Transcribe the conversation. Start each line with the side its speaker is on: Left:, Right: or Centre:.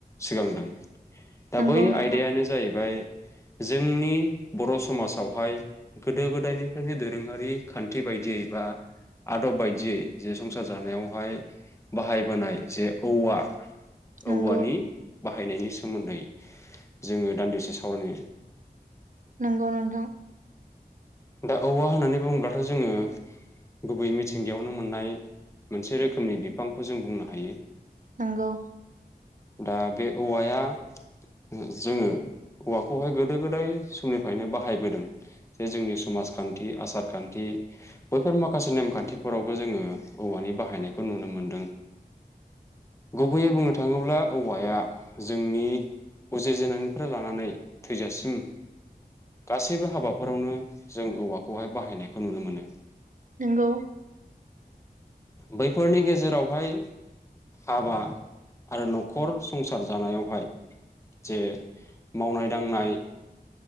Left: सिगांदों। दा
Right: नंगौ
Left: बै
Right: नोंथां
Left: आयदायानो जाहैबाय जोंनि बर' समाजावहाय गोदो गोदायनिफ्रायनो दो रोंङारि खान्थि बायदियै बा आदब बायदियै जे संसार जानायावहाय बाहायबोनाय जे औवा
Right: नंगौ
Left: औवानि बाहायनायनि सोमोन्दै जोङो दान्दिसे सावरायनो
Right: नांगौ नोंथां
Left: दा औवा होननानै बुङोब्लाथ' जोङो गुबै मिथिंगायावनो मोननाय मोनसे रोखोमनि बिफांखौ जों बुंनो हायो।
Right: नोंगौ
Left: दा बे औवाया ओ जोङो औवाखौहाय गोदो गोदाय समनिफायनो बाहायबोदों जे जोंनि समाजखान्थि आसारखान्थि बैफोर माखासे नेमखान्थिफोरावबो जोङो औवानि बाहायनायखौ नुनो मोनदों गुबैयै बुंनो थाङोब्ला औवाया जोंनि उजि जेननायनिफ्राय लानानै थैजासिम गासैबो हाबाफोरावनो जों औवाखौहाय बाहायनायखौ नुनो मोनो।
Right: नोंगौ
Left: बैफोरनि गेजेरावहाय हाबा आरो न'खर संसार जानायावहाय जे मावनाय दांनाय